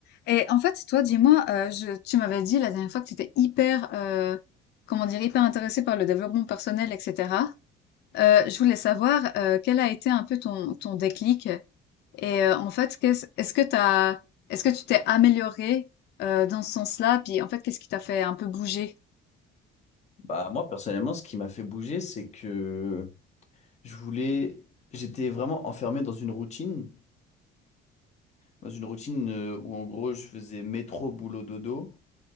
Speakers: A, on the left (about 55°); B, on the left (about 35°).
A: Et en fait, toi, dis-moi, euh, je- tu m'avais dit la dernière fois que tu étais hyper, euh, comment dire, hyper intéressée par le développement personnel, etc. Euh, je voulais savoir euh, quel a été un peu ton, ton déclic et euh, en fait, qu'est-ce, est-ce que t'as, est-ce que tu t'es améliorée euh, dans ce sens-là? Puis en fait, qu'est-ce qui t'a fait un peu bouger?
B: Bah, moi, personnellement, ce qui m'a fait bouger, c'est que je voulais, j'étais vraiment enfermé dans une routine, dans une routine euh, où en gros, je faisais métro, boulot, dodo.